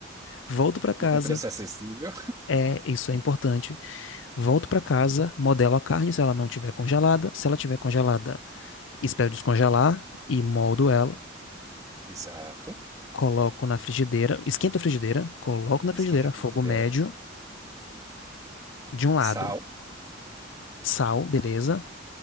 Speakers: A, on the left; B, on the right.
A: Volto pra casa,
B: E com preço acessível.
A: é, isso é importante. Volto pra casa, modelo a carne se ela não tiver congelada. Se ela tiver congelada, espero descongelar e moldo ela.
B: <laughs> Exato.
A: Coloco na frigideira, esquento a frigideira, coloco na
B: Esquenta
A: frigideira,
B: a frigideira.
A: fogo médio, de um lado,
B: Sal.
A: sal, beleza?